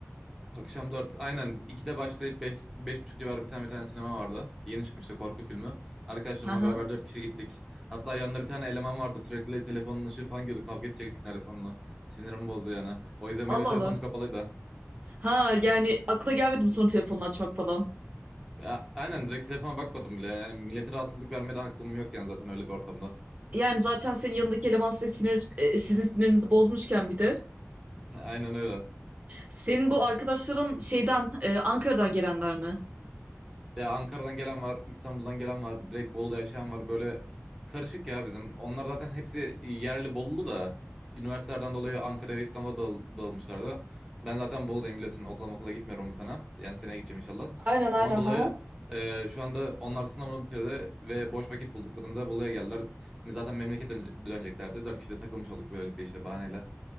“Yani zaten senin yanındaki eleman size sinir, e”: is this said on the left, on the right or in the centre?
Right